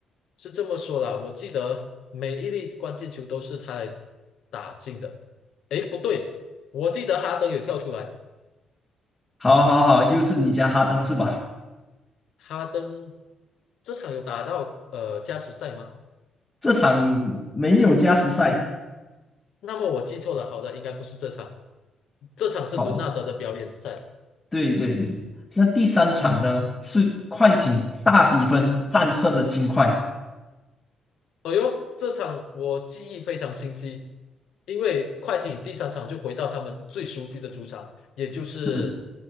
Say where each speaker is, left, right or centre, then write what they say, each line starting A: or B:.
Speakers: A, on the left; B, on the left.
A: 是这么说啦。我记得每一粒关键球都是他来打进的。诶，不对，我记得哈登有跳出来，
B: 好，好，好，又是你家哈登是吧？
A: 哈登这场有打到呃加时赛吗？
B: 这场没有加时赛，
A: 那么我记错了，好的，应该不是这场，这场是伦纳德的表演赛。
B: 好，对对对。那第三场呢，是快艇大比分战胜了金块。
A: 哦哟，这场我记忆非常清晰，因为快艇第三场就回到他们最熟悉的主场，也就是
B: 是